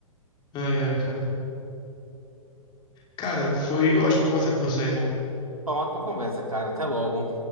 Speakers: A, on the left; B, on the right.
A: Ai, ai, cara. Cara, foi ótimo conversar com você, irmão.
B: Foi uma ótima conversa, cara. Até logo.